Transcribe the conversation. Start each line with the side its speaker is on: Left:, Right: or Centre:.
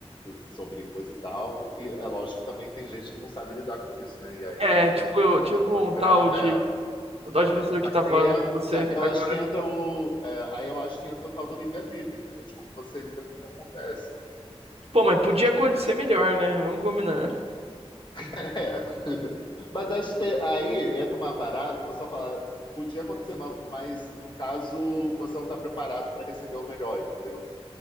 Left: sobre coisa e tal. E é lógico que também tem gente que não sabe lidar com isso, né? E aí
Right: É, tipo,
Left: vira um inferno,
Right: eu- tipo
Left: pode
Right: um tal
Left: virar um inferno.
Right: de, um tal
Left: É.
Right: de pessoa
Left: Mas,
Right: que tá
Left: aí
Right: falando
Left: é-
Right: com você
Left: mas aí eu
Right: agora.
Left: acho que entra o. é, aí eu acho que entra o tal do livre-arbítrio, entendeu? De como você lida com o que acontece. <laughs>
Right: Pô, mas podia acontecer melhor, né? Vamos combinar.
Left: É. Mas acho que aí entra uma parada que o pessoal fala. Podia acontecer, ma- mas no caso você não está preparado para receber o melhor, entendeu?